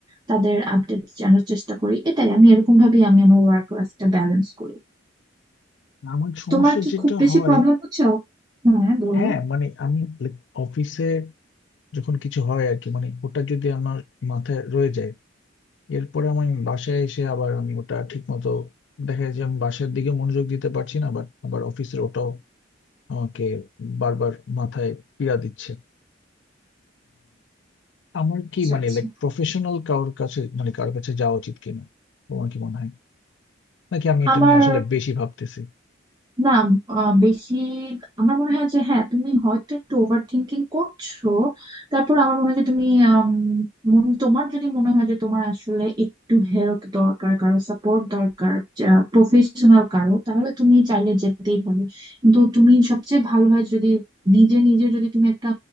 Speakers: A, on the right (about 20°); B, on the left (about 60°).
A: তাদের আপডেট জানার চেষ্টা করি এটাই আমি এরকম ভাবেই আমি আমার ওয়ার্ক লাইফটা ব্যালেন্স করি
B: আমার সমস্যা
A: তোমার কি
B: যেটা
A: খুব বেশি
B: হয়
A: প্রবলেম হচ্ছে হ্যাঁ বলো
B: হ্যাঁ মানে আমি অফিসে যখন কিছু হয় আর কি মানে ওটা যদি আমার মাথায় রয়ে যায় এরপরে আমি বাসায় এসে আবার আমি ওটা ঠিক মতো দেখা যায় যে আমি বাসার দিকে মনোযোগ দিতে পারছি না বাট আবার অফিসের ওটাও আমাকে বারবার মাথায় পীড়া দিচ্ছে আমার কি
A: আচ্ছা
B: মানে
A: আচ্ছা
B: লাইক প্রফেশনাল কারোর কাছে মানে কারোর কাছে যাওয়া উচিত কিনা তোমার কি মনে হয় নাকি আমি এটা
A: আমার
B: নিয়ে আসলে বেশি ভাবতেছি
A: না আহ, বেশি আমার মনে হয় যে হ্যাঁ তুমি হয়তো একটু ওভার থিঙ্কিং করছো তারপর আমার মনে হয় যে তুমি আম, মন- তোমার যদি মনে হয় যে তোমার আসলে একটু হেল্প দরকার কারো সাপোর্ট দরকার প্রফেশনাল কারো তাহলে তুমি চাইলে যেতেই পারো কিন্তু তুমি সবচেয়ে ভালো হয় যদি নিজে নিজে যদি তুমি একটা